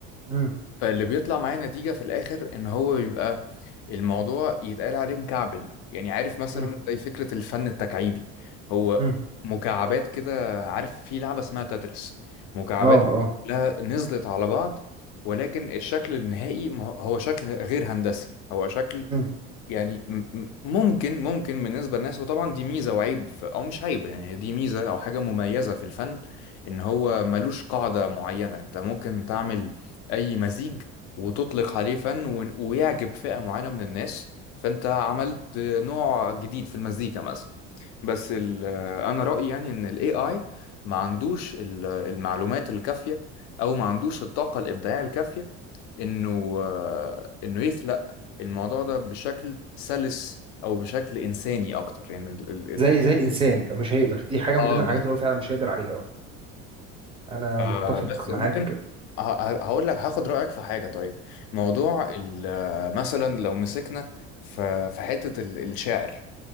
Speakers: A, on the right; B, on the left.
A: مم.
B: فاللي بيطلع معايا نتيجة في الآخر إن هو بيبقى الموضوع يتقال عليه مكعبل يعني عارف مثلا
A: مم.
B: زي فكرة الفن التكعيبي هو
A: مم.
B: مكعبات كده عارف في لعبة اسمها تتريس مكعبات
A: اه اه
B: كلها نزلت على بعض ولكن الشكل النهائي ما هو هو شكل غير هندسي هو شكل
A: مم.
B: يعني م- م- ممكن ممكن بالنسبة للناس وطبعا دي ميزة وعيب ف- أو مش عيب يعني دي ميزة أو حاجة مميزة في الفن إن هو ملوش قاعدة معينة أنت ممكن تعمل أي مزيج وتطلق عليه فن و- ويعجب فئة معينة من الناس فأنت عملت نوع جديد في المزيكا مثلا بس ال- أنا رأيي يعني إن ال AI ما عندوش ال- المعلومات الكافية أو ما عندوش الطاقة الإبداعية الكافية إنه آه، إنه يخلق الموضوع ده بشكل سلس او بشكل انساني اكتر يعني ال ال ال
A: زي زي الانسان مش هيقدر دي حاجه
B: اه
A: من ضمن الحاجات اللي هو فعلا مش هيقدر عليها اه انا
B: آه
A: متفق
B: بس
A: معاك
B: ممكن ه- ه- هقول لك هاخد رأيك في حاجة طيب موضوع ال- آه، مثلا لو مسكنا ف- في حتة ال- الشعر